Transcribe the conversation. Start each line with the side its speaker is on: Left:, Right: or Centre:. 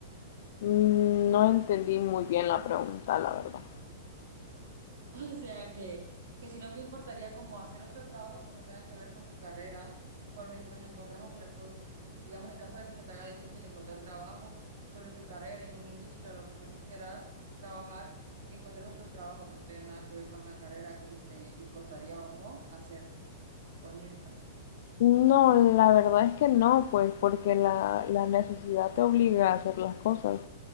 Left: Mm, No entendí muy bien la pregunta, la verdad.
Right: <laughs> O sea que, que si no te importaría como hacer otro trabajo que no tenga que ver con tu carrera, por mientras encontrás un tra- por, digamos, en caso de que se te haga difícil encontrar trabajo sobre tu carrera en una industria o lo que sea que quieras trabajar, que encuentres otro trabajo que no tenga nada que ver con la carrera, que si te importaría o no hacerlo, por mientras.
Left: No, la verdad es que no, pues porque la, la necesidad te obliga a hacer las cosas.